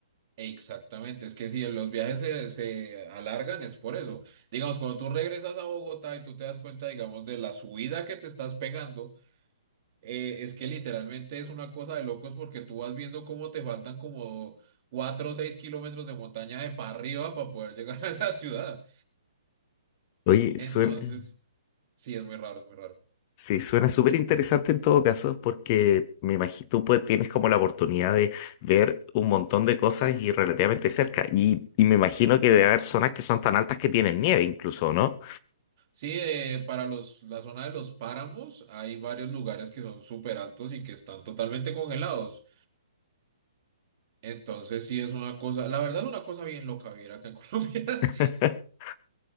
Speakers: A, on the right; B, on the left.
A: Exactamente, es que si los viajes se, se alargan es por eso. Digamos, cuando tú regresas a Bogotá y tú te das cuenta, digamos, de la subida que te estás pegando, eh, es que literalmente es una cosa de locos porque tú vas viendo cómo te faltan como cuatro o seis kilómetros de montaña de para arriba para poder llegar <laughs> a la ciudad.
B: Oye,
A: Entonces,
B: suena,
A: sí, es muy raro, es muy raro.
B: Sí, suena súper interesante en todo caso, porque me imagino tú pues, tienes como la oportunidad de ver un montón de cosas y relativamente cerca. Y, y me imagino que debe haber zonas que son tan altas que tienen nieve incluso, ¿no?
A: Sí, eh, para los, la zona de los páramos hay varios lugares que son súper altos y que están totalmente congelados. Entonces sí es una cosa, la verdad es una cosa bien loca vivir acá en <laughs> Colombia.
B: <laughs>